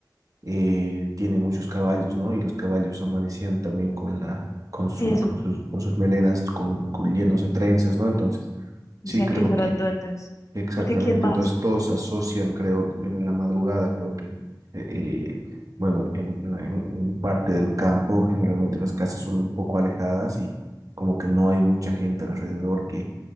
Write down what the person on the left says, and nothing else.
Eso,
po.
decían
que eso
eran duendes.
Porque ¿quién más?